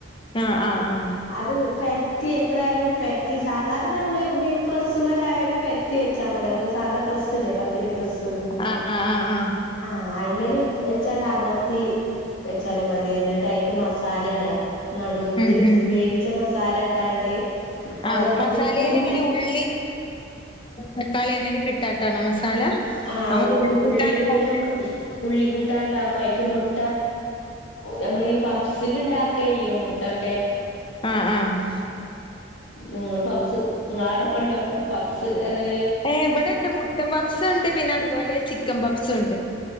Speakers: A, on the left; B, on the left.
A: ആഹ് ആഹ് ആഹ്
B: അത് പെരത്തി എത്രായാലും പെര ത്തി സാധാരണ നമ്മള് ഈ പ്രസ്സിമേലയാലും പെരത്തി വെച്ചാ മതി നമ്മള് സാധാ പ്രസ്സില്ലേ പത്തിരി പ്രസ്സ്
A: ആഹ് ആഹ് ആഹ് ആഹ്
B: ആഹ് അയിൻ മേൽ വെച്ചാണ്ട അമർത്തി വെച്ചാലും മതി എന്നിട്ട് അയിക്ക് മസാല ഇട നടുൾക്ക്
A: ഉം ഉം
B: വേവിച്ച മസാല ഇട്ടാണ്ട് അത്
A: ആഹ്
B: നമുക്ക്
A: മസാലേൽ
B: കൂട്ടി
A: എങ്ങനെയ ഉള്ളീം തക്കാളി അങ്ങനെക്കെ ഇട്ടാട്ടാണോ മസാല
B: ആഹ്
A: നമ്മൾ ഉള്ളിക്കൂട്ടാൻ
B: ഉള്ളീം
A: ഉണ്ടാക്കുന്നത്
B: ഉള്ളി കൂട്ടാൻ ഉണ്ടാക്കും അയിക്ക് മുട്ട നമ്മൾ ഈ പപ്സിൽ ഉണ്ടാക്കല്ലിയേ മുട്ടൊക്കെ
A: ആഹ് ആഹ്
B: നിങ്ങൾ പപ്സ് നിങ്ങള അവിടൊക്കെ ഉണ്ടോ പപ്സ് ഏഹ്
A: ഏഹ് ഇവിടെ ഇണ്ട് മുട്ട പപ്സ് ഉണ്ട് പിന്നെ അതുപോലെ ചിക്കൻ പപ്സും ഉണ്ട്